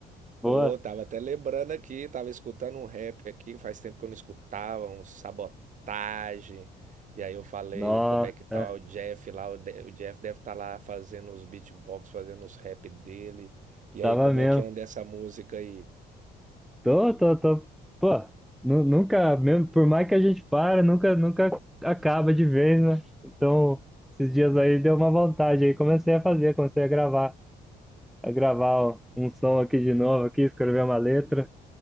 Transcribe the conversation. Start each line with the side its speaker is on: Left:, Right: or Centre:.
Centre: Pô,
Right: Pô, tava até lembrando aqui, tava escutando um rap aqui, faz tempo que eu não escutava, um sabotagem. E aí eu falei,
Centre: nossa,
Right: como é que tá o Jeff lá? O, De- o Jeff deve estar lá fazendo os beatbox, fazendo os rap dele. E
Centre: tava
Right: aí, como
Centre: mesmo.
Right: é que anda essa música aí?
Centre: Tô, tô, tô. Pô, nu- nunca, mesmo, por mais que a gente para, nunca, nunca acaba de vez, né? Então, esses dias aí deu uma vontade aí, comecei a fazer, comecei a gravar, a gravar um som aqui de novo, aqui, escrever uma letra.